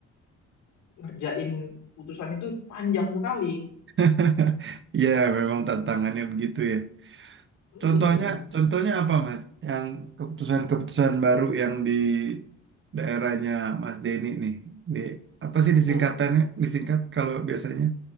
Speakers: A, on the left (about 75°); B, on the right (about 40°).
A: ngerjain keputusan itu panjang sekali.
B: <laughs> Ya, memang tantangannya begitu ya.
A: Mm-mm.
B: Contohnya, contohnya apa, Mas? Yang keputusan-keputusan baru yang di daerahnya Mas Denny nih. Di apa sih
A: Mm-mm.
B: disingkatannya? Disingkat kalau biasanya